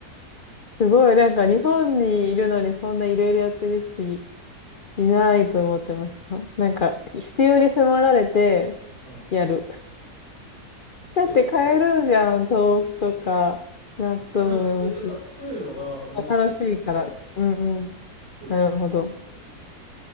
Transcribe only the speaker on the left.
すごい。なんか日本にいるのにそんないろいろやってる人い、いないと思ってました。なんか必要に迫られて
やる。だって買えるじゃん。
豆腐とか、納豆、
梅干し。まあ楽しいから。うんうん。
なるほど。